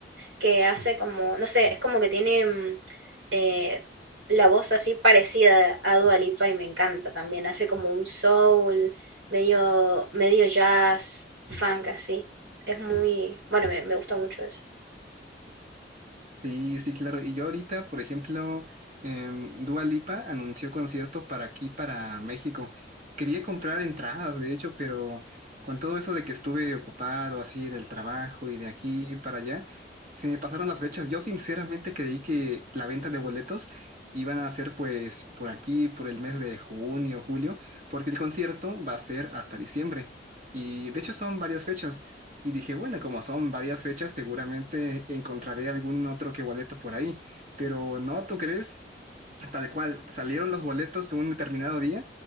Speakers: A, on the right (about 80°); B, on the right (about 45°).
A: que hace como, no sé, es como que tiene mm, eh, la voz así parecida a Dua Lipa y me encanta también. Hace como un soul, medio, medio jazz, funk así. Es muy, bueno, me, me gusta mucho eso.
B: Sí, sí, claro. Y yo ahorita, por ejemplo, em, Dua Lipa anunció concierto para aquí, para México. Quería comprar entradas, de hecho, pero con todo eso de que estuve ocupado así en el trabajo y de aquí para allá, se me pasaron las fechas. Yo sinceramente creí que la venta de boletos iban a ser pues por aquí, por el mes de junio, julio, porque el concierto va a ser hasta diciembre. Y de hecho son varias fechas. Y dije, bueno, como son varias fechas, seguramente encontraré algún otro que boleto por ahí. Pero no, ¿tú crees? Tal cual, salieron los boletos un determinado día